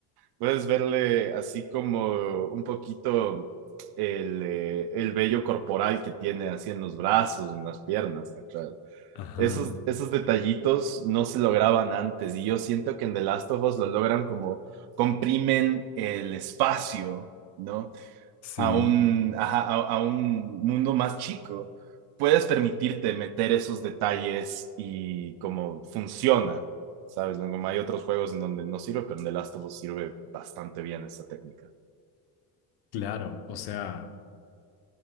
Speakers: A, on the right (about 65°); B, on the left (about 70°).
A: puedes verle así como un poquito el, eh, el vello corporal que tiene así en los brazos, en las piernas, ¿cachai?
B: Ajá,
A: Esos, esos detallitos no se lograban antes y yo siento que en The Last of Us lo logran como comprimen el espacio, ¿no?
B: sí,
A: a un, ajá, a, a un mundo más chico, puedes permitirte meter esos detalles y cómo funciona, ¿sabes? ¿no? Como hay otros juegos en donde no sirve, pero en The Last of Us sirve bastante bien esta técnica.
B: claro. O sea,